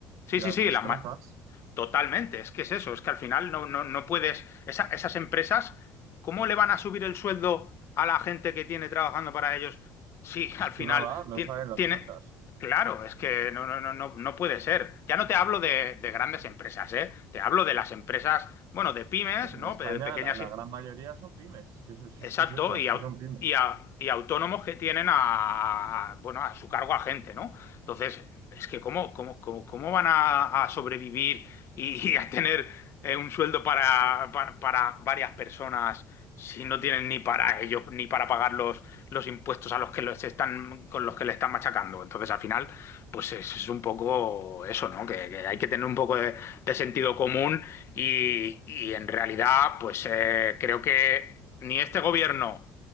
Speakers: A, on the left (about 40°); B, on the right (about 55°).
A: Sí,
B: que
A: sí,
B: las
A: sí,
B: destrozas,
A: las... ma- Totalmente, es que es eso, es que al final no, no, no puedes, esa- esas empresas, ¿cómo le van a subir el sueldo a la gente que tiene trabajando para ellos? Sí,
B: es
A: <laughs> al final
B: que no da, no
A: tiene,
B: saben las
A: tiene-
B: cuentas.
A: claro, es que no, no, no, no, no puede ser. Ya no te hablo de, de grandes empresas, ¿eh? Te hablo de las empresas, bueno, de pymes,
B: Sí, En
A: ¿no?
B: España
A: Pe- De pequeñas,
B: la, la
A: in-
B: gran mayoría son pymes, es que, eso- es
A: exacto,
B: que es eso, es
A: y au-
B: que son pymes.
A: y, a- y autónomos que tienen a, bueno, a su cargo a gente, ¿no? Entonces, es que cómo, cómo, cómo, cómo van a, a sobrevivir y, y a tener eh, un sueldo para, para, para varias personas si no tienen ni para ellos, ni para pagar los, los impuestos a los que los están, con los que le están machacando. Entonces, al final, pues es, es un poco eso, ¿no? Que, que hay que tener un poco de, de sentido común y, y en realidad, pues eh, creo que ni este gobierno